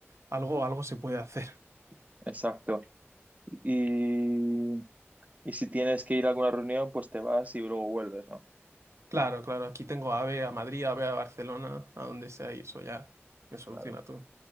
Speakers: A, on the right (about 80°); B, on the right (about 35°).
A: algo, algo se puede hacer. <laughs>
B: Exacto. Y, y si tienes que ir a alguna reunión, pues te vas y luego vuelves, ¿no?
A: Claro, claro, aquí tengo AVE a Madrid, AVE a Barcelona, a donde sea, y eso ya me soluciona
B: Claro.
A: todo.